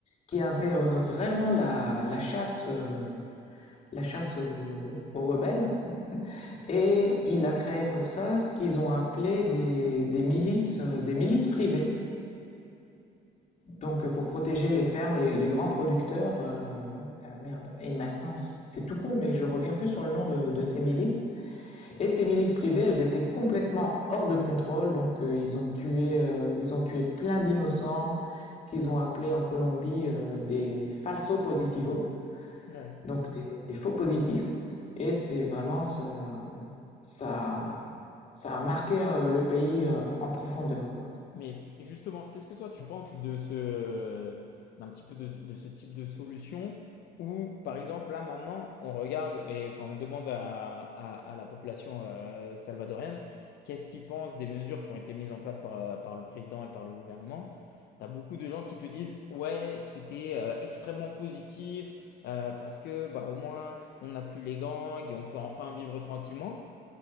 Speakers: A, on the left; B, on the left.
A: qui avait vra- vraiment la, la chasse, euh, la chasse aux, aux rebelles. Et il a créé pour ça ce qu'ils ont appelé des, des milices, euh, des milices privées. Donc euh, pour protéger les fermes, les, les grands producteurs. euh, ah, merde. Et maintenant, c'est tout con, mais je reviens plus sur le nom de, de ces milices. Et ces milices privées, elles étaient complètement hors de contrôle. Donc euh, ils ont tué, euh, ils ont tué plein d'innocents qu'ils ont appelés en Colombie euh, des falsos positivos.
B: Ouais.
A: Donc des, des faux positifs. Et c'est vraiment ça, ça, ça a marqué euh, le pays euh, en profondeur, quoi.
B: Mais justement, qu'est-ce que toi tu penses de ce, d'un petit peu de, de ce type de solution où, par exemple, là maintenant, on regarde et quand on demande à, à- à la population euh, salvadorienne qu'est-ce qu'ils pensent des mesures qui ont été mises en place par, euh, par le président et par le gouvernement, t'as beaucoup de gens qui te disent ouais, c'était euh, extrêmement positif euh, parce que bah, au moins on n'a plus les gangs et on peut enfin vivre tranquillement.